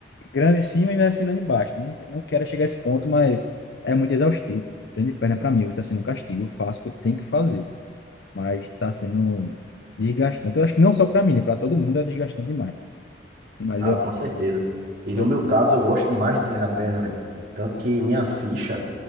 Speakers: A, on the left; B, on the right.
A: grande em cima e vai afinando embaixo, né? Eu não quero chegar a esse ponto, mas é muito exaustivo. Treino de perna pra mim hoje tá sendo um castigo. Eu faço porque tem que fazer mas está sendo desgastante. Eu acho que não só para mim, né? Para todo mundo é desgastante demais. Mas
B: Ah,
A: eu,
B: com certeza. E no
A: eu,
B: meu caso, eu gosto demais de treinar perna, velho. Tanto que minha ficha,